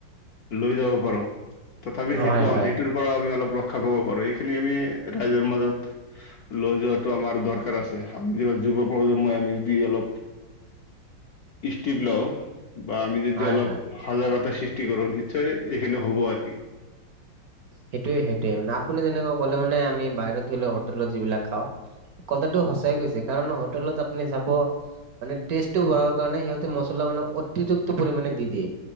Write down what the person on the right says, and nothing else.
হয়, হয়।
হয়,
হয়,
<unintelligible> সেইটোৱে সেইটোৱে মানে আপুনি যেনেকুৱা ক'লে মানে আমি বাহিৰত গ'লে হোটেলত যিবিলাক খাওঁ। কথাটো সঁচাই গৈছে কাৰণ হোটেলত আপুনি চাব মানে টেষ্টটো হোৱা ৰ কাৰণে সিহঁতে মছলা মানে অতিৰিক্ত পৰিমাণে দি দিয়ে।